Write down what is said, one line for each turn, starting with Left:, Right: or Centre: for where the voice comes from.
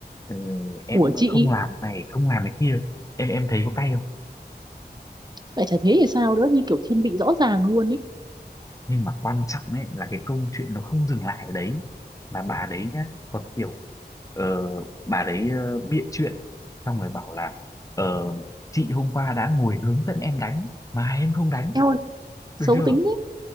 Left: "Ờ, em
Right: ủa chị
Left: không làm này không làm cái kia em em thấy có cay không
Right: vậy chả thế thì sao nữa như kiểu thiên vị rõ ràng luôn ý
Left: nhưng mà quan trọng ấy là cái câu chuyện nó không dừng lại ở đấy mà bà đấy nhá còn kiểu ờ, bà đấy ờ, bịa chuyện xong rồi bảo là ờ, chị hôm qua đã ngồi hướng dẫn em đánh mà em không đánh
Right: em ơi
Left: được
Right: xấu
Left: chưa
Right: tính thế.